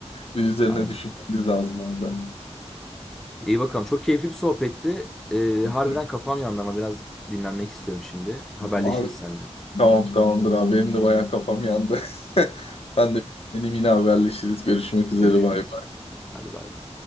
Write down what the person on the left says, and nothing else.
Bir üzerine
düşünmemiz lazım orada.
Hı?
Abi
Tamam tamamdır abi. Benim de bayağı kafam yandı. <laughs> Ben de yeni yine haberleşiriz. Görüşmek
üzere. Bay bay.